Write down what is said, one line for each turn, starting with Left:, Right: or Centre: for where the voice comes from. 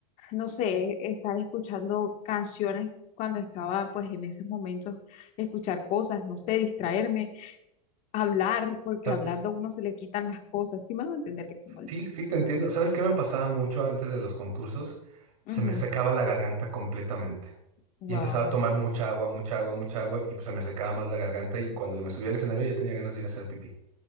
Left: no sé, estar escuchando canciones cuando estaba pues en esos momentos, escuchar cosas, no sé, distraerme, hablar, porque
Right: ¿Sabes?
Left: hablando a uno se le quitan las cosas, sí me va a entender que como el-
Right: Sí, sí, te entiendo. ¿Sabes qué me pasaba mucho antes de los concursos? Se
Left: Ujú,
Right: me secaba la garganta completamente.
Left: Wow.
Right: Y empezaba a tomar mucha agua, mucha agua, mucha agua, y pues se me secaba más la garganta y cuando me subía al escenario ya tenía ganas de ir a hacer pipí.